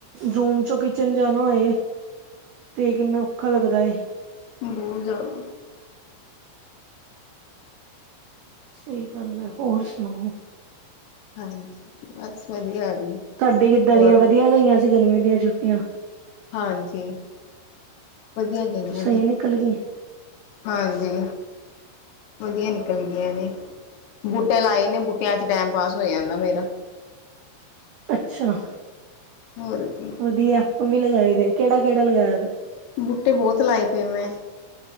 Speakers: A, on the right; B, on the left.
A: ਰੂਮ ਚੋਂ ਕਿਚਨ ਜਾਣਾ ਹੋਏ, ਤੇ ਕਿੰਨਾ ਔਖਾ ਲੱਗਦਾ ਹੈ।
B: ਬਹੁਤ ਜ਼ਿਆਦਾ,
A: ਸਹੀ ਗੱਲ ਹੈ, ਹੋਰ ਸੁਣਾਓ?
B: ਹਾਂਜੀ ਬਸ ਵਧੀਆ ਜੀ।
A: ਤੁਹਾਡੀ ਕਿੱਦਾਂ
B: ਹੋਰ
A: ਦੀਆਂ ਵਧੀਆ ਗਈਆਂ ਸੀ, ਗਰਮੀ ਦੀਆਂ ਛੁੱਟੀਆਂ?
B: ਹਾਂਜੀ ਵਧੀਆ ਗੲਓਐ
A: ਸਹੀ
B: ਐ ਏ ਜੀ
A: ਨਿਕਲ ਗਈ
B: ਹਾਂਜੀ, ਵਧੀਆ ਨਿਕਲ ਗਈਆਂ ਨੇ, ਬੂਟੇ ਲਾਏ ਨੇ ਬੂਟਿਆਂ ਚ ਟੈਮ ਪਾਸ ਹੋ ਜਾਂਦਾ ਮੇਰਾ,
A: ਅੱਛਾ,
B: ਹੋਰ ਕੀ,
A: ਵਧਏ ਆਪਾਂ ਵੀ ਲਗਾਏ, ਦੇ ਕਿਹੜਾ ਕਿਹੜਾ ਲਗਾਇਆ ਦਾ।
B: ਬੂਟੇ ਬਹੁਤ ਲਾਏ ਪਏ ਮੈਂ,